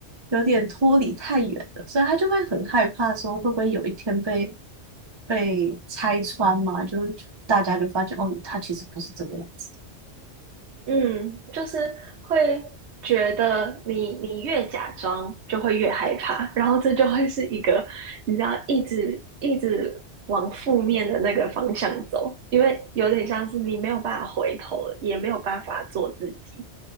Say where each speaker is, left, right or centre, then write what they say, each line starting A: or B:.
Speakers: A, on the right (about 30°); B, on the right (about 70°).
A: 有点脱离太远了，所以他就会很害怕，说会不会有一天被被拆穿嘛？就是大家就发现哦，他其实不是这个样子。
B: 嗯，就是会觉得你你越假装就会越害怕，然后这就会是一个你知道一直一直往负面的那个方向走，因为有点像是你没有办法回头了，也没有办法做自己。